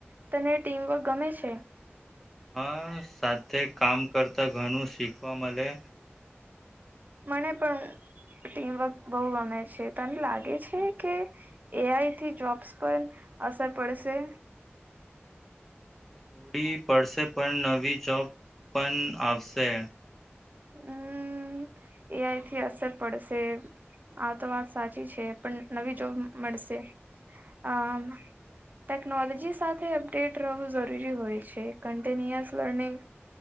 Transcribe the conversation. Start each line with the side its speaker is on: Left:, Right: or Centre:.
Right: તને ટીમવર્ક ગમે છે? છે.
Centre: હા સાથે કામ કરતા ઘણું શીખવા મળે.
Right: મને પણ ટીમવર્ક બહુ ગમે છે, તને લાગે છે કે એઆઈ થી જોબ્સ પર અસર પડશે?
Centre: થોડી. પડશે પણ નવી જોબ. પણ આવશે.
Right: હમ્મ. એઆઈથી અસર પડશે આ તો વાત સાચી છે પણ નવી જોબ મળશે આ ટેકનોલોજી સાથે અપડેટ રહેવું, જરૂરી હોય છે કન્ટિન્યુઅસ લર્નિંગ